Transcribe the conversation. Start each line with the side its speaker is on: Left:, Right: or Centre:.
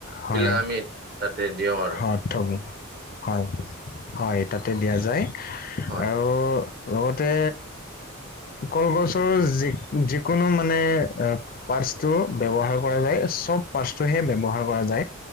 Left: হয়।
Right: বিলাক আমি তাতে দিওঁ আৰু।
Left: অ থগ, হয়, হয়, তাতে দিয়া যায়।
Right: হয়।
Left: আৰু লগতে কলগছৰ যি যিকোনো মানে এ পা টো ব্যৱহাৰ কৰা যায়, চব পাচটো হে ব্যৱহাৰ কৰা যায়।